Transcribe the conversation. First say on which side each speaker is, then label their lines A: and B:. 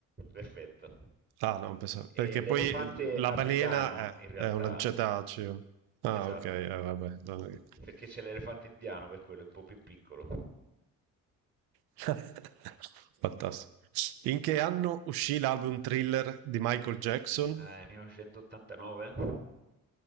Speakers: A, on the right; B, on the right.
A: perfetto.
B: Ah, no, pensa-
A: E
B: perché
A: l'elefante
B: poi eh, la
A: africano,
B: balena è,
A: in realtà,
B: è una cetaceo. Ah,
A: esatto,
B: ok, eh, vabbè. no. eh.
A: perché c'è l'elefante indiano, per quello è un po' più piccolo.
B: <laughs> Fantastico. In che anno uscì l'album Thriller di Michael Jackson?
A: Ah, è 1989?